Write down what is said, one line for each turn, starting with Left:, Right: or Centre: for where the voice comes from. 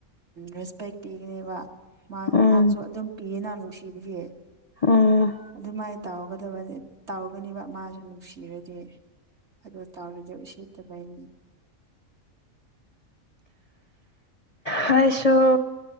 Right: ꯔꯦꯁꯄꯦꯛ ꯄꯤꯒꯅꯦꯕ
Left: ꯎꯝ
Right: ꯅꯪꯁꯨ ꯑꯗꯨꯝ ꯄꯤꯌꯦ ꯅꯍ ꯅꯨꯡꯁꯤꯕꯒꯤ
Left: ꯎꯝ
Right: ꯑꯗꯨꯃꯥꯏꯅ ꯇꯧꯔꯒ ꯕ ꯇꯥꯎꯒꯅꯦꯕ ꯃꯥꯁꯨ ꯅꯨꯡꯁꯤꯔꯗꯤ ꯑꯗ ꯇꯥꯎꯔꯗꯤ ꯎꯆ ꯇꯧꯕꯥꯏꯅꯤ
Left: ꯍꯥꯏꯁꯨꯣ